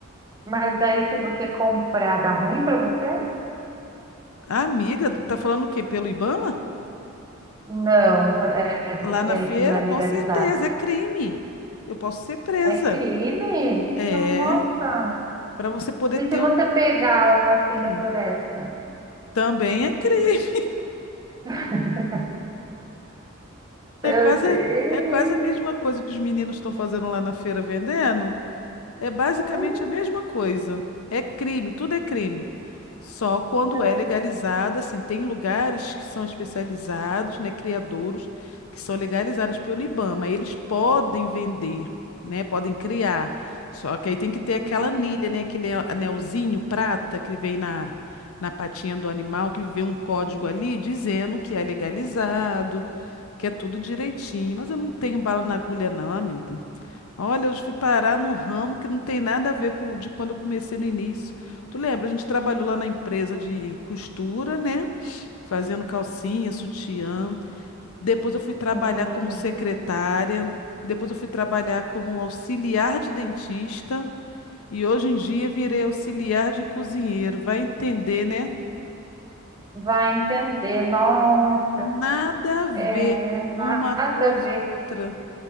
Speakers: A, on the right; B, on the left.
A: mas daí se você comprar, dá ruim pra você?
B: A amiga, tá falando o quê? Pelo Ibama?
A: Não, é,
B: Lá na
A: é
B: feira,
A: que não é legalizado.
B: com certeza, é crime. Eu posso ser presa.
A: É crime?
B: É,
A: Nossa.
B: para você poder
A: E
B: ter
A: se você
B: um.
A: pegar um assim
B: Hum,
A: da floresta?
B: também é crime.
A: <laughs>
B: É
A: Meu
B: quase,
A: Deus.
B: é quase a mesma coisa que os meninos estão fazendo lá na feira vendendo. É basicamente
A: Ai,
B: a mesma coisa. É crime, tudo é crime. Só quando
A: credo.
B: é legalizado, assim, tem lugares que são especializados, né, criadouros, que são legalizados pelo IBAMA. Eles podem vender, né, podem criar. Só que aí tem que ter
A: Hum,
B: aquela anilha, né, aquele a- anelzinho prata que vem na, na patinha do animal, que vem um código ali dizendo que é legalizado, que é tudo direitinho. Mas eu não tenho bala na agulha, não, amiga. Olha, eu fui parar num ramo que não tem nada a ver com de quando eu comecei no início. Tu lembra? A gente trabalhou lá na empresa de costura, né? Fazendo calcinha, sutiã. Depois eu fui trabalhar
A: sim.
B: como secretária. Depois eu fui trabalhar como auxiliar de dentista. E hoje em dia virei auxiliar de cozinheiro. Vai entender, né?
A: Vai entender, nossa,
B: Nada a ver
A: é
B: uma
A: nada a
B: coisa
A: ver.
B: ou outra.